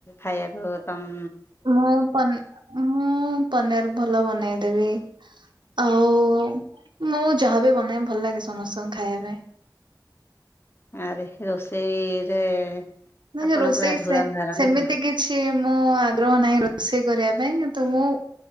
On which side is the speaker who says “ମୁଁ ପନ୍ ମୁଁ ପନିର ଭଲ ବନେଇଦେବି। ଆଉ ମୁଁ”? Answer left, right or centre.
Right